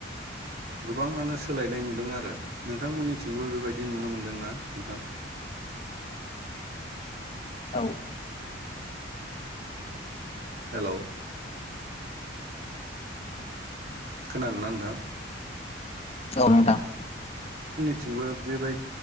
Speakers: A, on the right (about 50°); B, on the left (about 30°).
A: गोबाङानो सोलायनाय नुदों आरो नोंथांमोननिथिंबो बेबायदि नुनो मोनदोंना नोंथां?
B: औ
A: हेलौ खोनादोंना नोंथां?
B: औ नोंथां।
A: थिंबो बेबाय